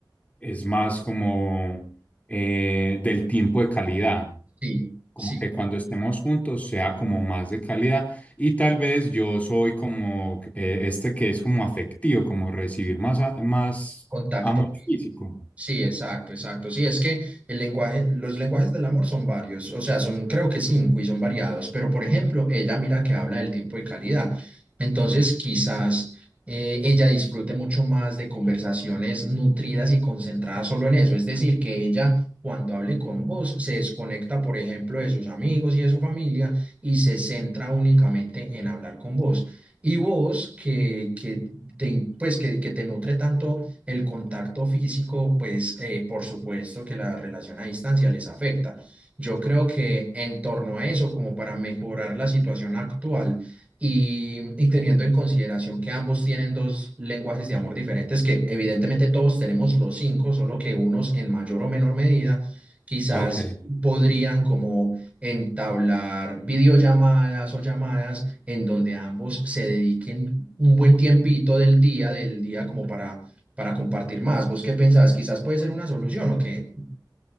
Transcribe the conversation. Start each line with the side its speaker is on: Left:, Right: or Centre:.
Left: es más como eh, del tiempo de calidad,
Right: sí,
Left: como
Right: sí,
Left: que cuando estemos juntos sea como más de calidad y tal vez yo soy como eh, este que es como afectivo, como recibir más, a- más
Right: contacto.
Left: amor físico.
Right: Sí, exacto, exacto. Sí, es que el lenguaje, los lenguajes del amor son varios, o sea, son creo que cinco y son variados, pero por ejemplo, ella mira que habla del tiempo de calidad. Entonces, quizás eh, ella disfrute mucho más de conversaciones nutridas y concentradas solo en eso. Es decir, que ella cuando hable con vos se desconecta, por ejemplo, de sus amigos y de su familia y se centra únicamente en hablar con vos. Y vos que, que te, pues, que, que te nutre tanto el contacto físico, pues eh, por supuesto que la relación a distancia les afecta. Yo creo que en torno a eso, como para mejorar la situación actual y, y teniendo en consideración que ambos tienen dos lenguajes de amor diferentes, que evidentemente todos tenemos los cinco, solo que unos en mayor o menor medida, quizás
Left: Ok.
Right: podrían como entablar videollamadas o llamadas en donde ambos se dediquen un buen tiempito del día, del día como para para compartir más. ¿Vos qué pensás? Quizás puede ser una solución o qué.